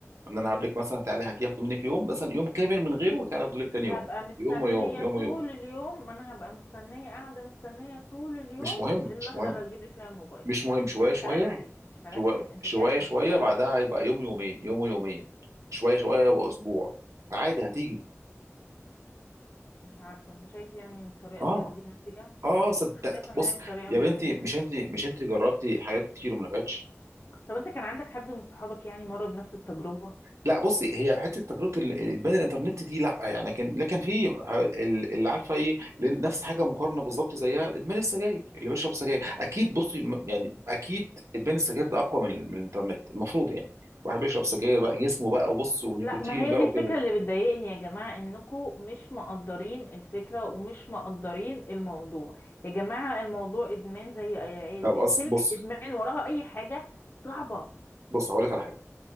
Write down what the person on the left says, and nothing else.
هبقى
مستنية
طول
اليوم ما انا هبقى مستنية قاعدة مستنية طول اليوم
اللحظة
اللي هتجيب لي فيها الموبايل
مش
هركز مش هركز
انت
كده بتديني
امل
مش عارفة انت شايف يعني ان الطريقة
دي هتجيب نتيجة انا
شايفة ان
هي بطريقة
مش
هتجيب
نتيجة
طب انت كان عندك حد من صحابك يعني مر بنفس التجربة
لا ما هي
دي الفكرة
اللي بتضايقني يا جماعة انكم مش مقدرين الفكرة ومش مقدرين الموضوع يا جماعة الموضوع ادمان زي اي أي
ادمان
كلمة
ادمان وراها اي حاجة صعبة